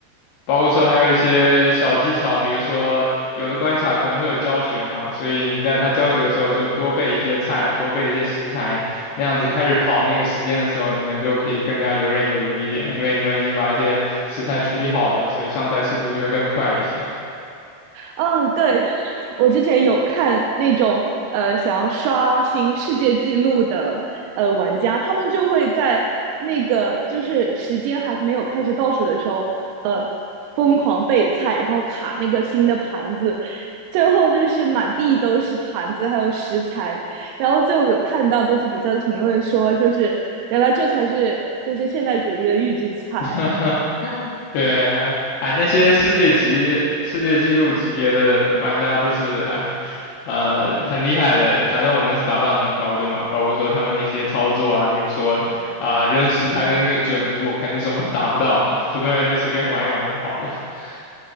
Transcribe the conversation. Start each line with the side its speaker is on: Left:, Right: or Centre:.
Left: 包括说还有一些小技巧，比如说有的关卡可能会有教学嘛，所以你在他教学的时候就多备一些菜，多备一些食材，那样子开始跑那个时间的时候，你们就可以更加游刃有余一点，因为你们已经把一些食材处理好了，所以上菜速度就会更快一些。
Right: 嗯，对，就是我之前有看那种呃想要刷新世界纪录的呃玩家，他们就会在那个就是时间还没有开始倒数的时候，呃，疯狂备菜，然后卡那个新的盘子，最后就是满地都是盘子还有食材，然后最后有看到就是底下的评论说，就是原来这才是就是现代主义的预制菜。
Left: <laughs> 对，哎，那些世界级、世界纪录级别的玩家都是哎，呃，很厉害的。反正我们是达不到那种高度嘛，包括说他们那些操作啊，比如说啊、扔石材的那个准度，肯定是我们 <laughs> 达不到的嘛。普通人就随便玩一玩就好了。<laughs>